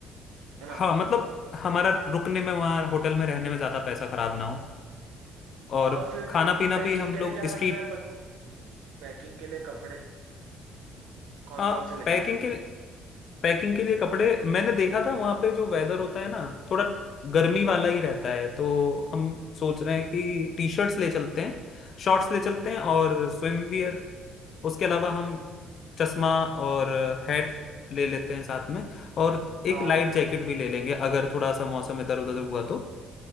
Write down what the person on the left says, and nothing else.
हाँ मतलब हमारा रुकने में वहाँ होटल में रहने में ज़्यादा पैसा खराब ना हो और
खाना पीना
भी हम
लोग
स्ट्रीट
हाँ
पैकिंग
के पैकिंग के लिए कपड़े मैंने देखा था वहाँ पे जो वेदर होता है ना थोड़ा गर्मी वाला ही रहता है तो हम सोच रहे हैं कि टी शर्ट्स ले चलते हैं शॉर्ट्स ले चलते हैं और स्विम वियर उसके अलावा हम चश्मा और हैट ले लेते हैं साथ में और एक
लाइट जैकेट भी ले लेंगे अगर थोड़ा सा मौसम इधर उधर हुआ तो